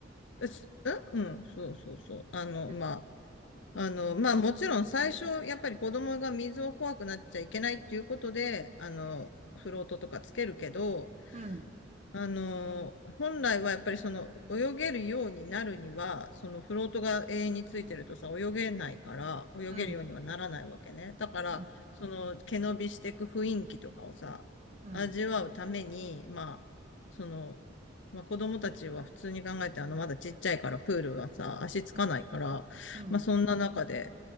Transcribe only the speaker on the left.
うす、んうん、そうそうそう。あの、
まあ、あの、まあもちろん最初、やっぱり子供が水を怖くなっちゃいけないっていうことで、あの、フロートとかつけるけど、
あの本来はやっぱりその泳げるようになるには、そのフロートが永遠についてるとさ、泳げないから、泳げるようにはならないわけね。
だから、
その毛伸びしていく雰囲気とかをさ、
味わうために、まあ、その、まあ子供たちは普通に考えて、あの、まだちっちゃいからプールはさ、足つかないから、
まあそんな中で